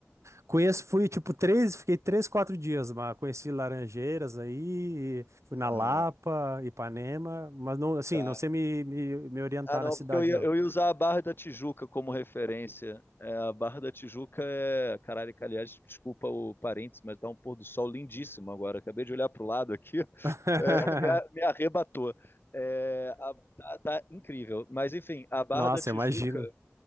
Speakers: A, on the right; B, on the left.
A: Conheço, fui tipo três, fiquei três, quatro dias, mas conheci Laranjeiras aí, fui na
B: Aham.
A: Lapa, Ipanema, mas não, assim,
B: Tá,
A: não sei me, me, me orientar
B: Ah, não,
A: na cidade,
B: porque eu ia,
A: não.
B: eu ia usar a Barra da Tijuca como referência. É, a Barra da Tijuca é. Caralho, que, aliás, desculpa o parênteses, mas tá um pôr do sol lindíssimo agora. Acabei de olhar pro lado aqui, <laughs>
A: <laughs>
B: é, me, a- me arrebatou. É, a- tá, tá incrível. Mas, enfim, a Barra
A: Nossa,
B: da Tijuca
A: imagino.